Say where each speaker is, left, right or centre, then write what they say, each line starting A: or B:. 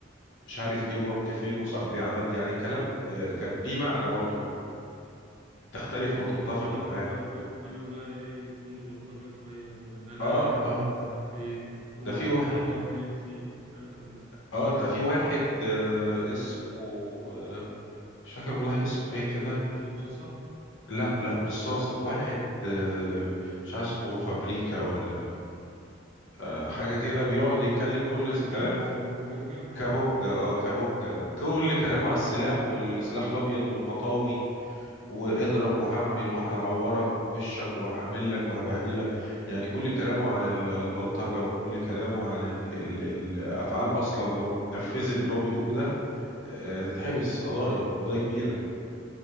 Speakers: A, on the left; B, on the right.
A: مش عارف ايه ورحت فين وصاحبي عمل يعني الكلام آه، كان ليه معنى برضه تختلف او
B: امم
A: تتفق
B: لا دلوقتي
A: معاه
B: بقى كله بقى ايه كله بلطجة شوية وان انا
A: اه
B: اجمد
A: اه
B: ومش عارف ايه اوعى
A: ده في واحد
B: تقرب مني الكلام ده
A: اه ده في واحد آه، اسمه آه، مش فاكر والله اسمه ايه كده
B: سمسوسة
A: لا لا مش صاصة واحد آه، مش عارف اسمه فابريكا ولا آه، حاجة كده بيقعد يتكلم كل
B: كابونجا
A: كلامه
B: اسلام كابونجا
A: كابونجا اه كابونجا ده كل كلامه على السلاح والسلاح الأبيض والمطاوي واضرب وهعمل وهعورك في وشك وهعمل لك وهبهدلك يعني كل كلامه عن ال- البلطجة وكل كلامه عن ال- ال- الأفعال أصلا لو اتنفذت اللي هو بيقوله ده آه، تتحبس قضايا قضايا كبيرة